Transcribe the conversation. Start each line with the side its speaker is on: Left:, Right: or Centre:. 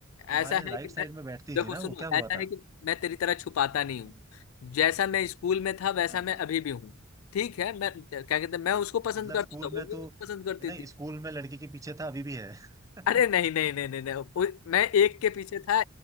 Right: तुम्हारे
Left: ऐसा है
Right: राइट
Left: कि
Right: साइड
Left: मैं
Right: में बैठती
Left: देखो
Right: थी ना
Left: सुनो
Right: वो क्या
Left: ऐसा
Right: हुआ था
Left: है कि मैं तेरी तरह छुपाता नहीं
Right: हम्म
Left: हूँ जैसा मैं स्कूल में था वैसा
Right: हाँ
Left: मैं
Right: हाँ
Left: अभी भी हूँ ठीक है मैं क्या कहते हैं मैं उसको पसंद
Right: मतलब
Left: करता
Right: स्कूल
Left: था
Right: में
Left: वो भी
Right: तो
Left: मुझे पसंद करती
Right: नहीं
Left: थी
Right: स्कूल में लड़की के पीछे था अभी भी है <laughs>
Left: अरे नहीं नहीं नहीं नहीं नहीं वो- मैं एक के पीछे था